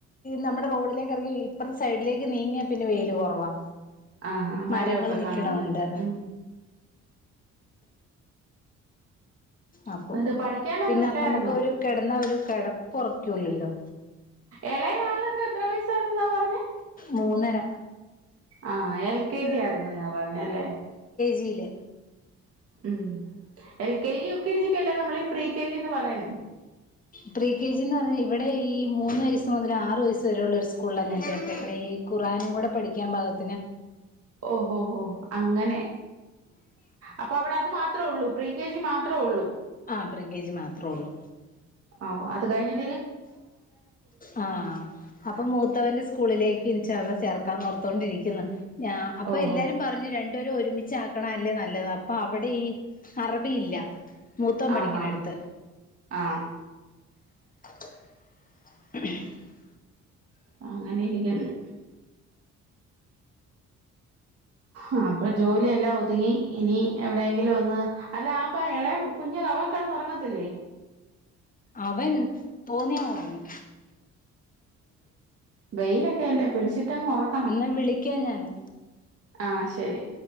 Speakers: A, on the left (about 30°); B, on the right (about 50°).
A: നമ്മുടെ റോഡിലേക്ക് ഇറങ്ങി ഇപ്പറത്തെ സൈഡിലേക്ക് നീങ്ങിയാ പിന്നെ വെയില് കുറവാ.
B: ആഹ് ആഹ് മരവൊക്കെ
A: മരങ്ങള് നില്ക്കണണ്ട്
B: കാണുന്നു ഉം
A: അപ്പം
B: എന്നിട്ട് പഠിക്കാനൊന്നും
A: പിന്നെ
B: ഇല്ലായിരുന്നോ
A: നമുക്ക് ഒരു കിടന്ന ഒരു കിടപ്പ് ഉറക്കുല്ലല്ലോ?
B: ഇളയ ആൾക്ക് എത്ര വയസ്സായിെന്നാ പറഞ്ഞേ?
A: മൂന്നര
B: ആഹ് എൽ കെ ജി ആയിരുന്നെന്നാ പറഞ്ഞല്ലേ
A: ജീല്
B: ഉം L K G U K ജിക്കല്ലേ നമ്മളീ പ്രി കെ ജിന്ന് പറയുന്നേ
A: പ്രീ കെ ജിന്ന് പറഞ്ഞ ഇവിടെ ഈ മൂന്ന് വയസ് മുതൽ ആറ് വയസ്സ് വരെയുള്ള ഒരു സ്കൂളിലാണ് ഞാൻ ചേർത്തക്കണ ഈ ഖുർആാനും കൂടെ പഠിക്കാൻ പാകത്തിന്
B: ഓഹോ ഹോ അങ്ങനെ അപ്പൊ അവിടെ അത് മാ മാത്രേ ഉള്ളൂ പ്രീ കെ ജി മാത്രേ ഉള്ളൂ
A: ആ പ്രി കെ ജി മാത്രേള്ളൂ
B: ഒ ആ അത് കഴിഞ്ഞ്
A: ആ അപ്പൊ മൂത്തവന്റെ സ്കൂളിലേക്ക് ഒരുമിച്ചു ചേർക്കാ ഓർത്തോണ്ടിരിക്കുന്നു ഞ അപ്പൊ
B: ഓഹോ
A: എല്ലാരും പറഞ്ഞു രണ്ട് എ ഒരുമിച്ചാക്കണല്ലേ നല്ലത് അപ്പൊ അവിടെ ഈ അറബിയില്ല മൂത്തോ ന് പഠിക്കണ
B: ആഹാ
A: എടുത്ത്
B: ആഹ്
A: <unintelligible>
B: ആ അങ്ങനെ ഇരിക്കുന്നു ആ അപ്പൊ ജോലി എല്ലാം ഒതുങ്ങി ഇനി എവിടെയെങ്കിലും ഒന്ന് അല്ല ആപ്പൊ ഇളയം കുഞ്ഞഞ് അവൻ കിട ഉറങ്ങത്തില്ലേ
A: അവൻ തോന്നിയാൻ ഉറങ്ങും
B: ബെയിലൊക്കെ അല്ലേ പിടിച്ചിട്ടങ്ങ് ഉറക്കണം
A: എന്നാ വിളിക്കാം ഞാന്
B: ആ ശരി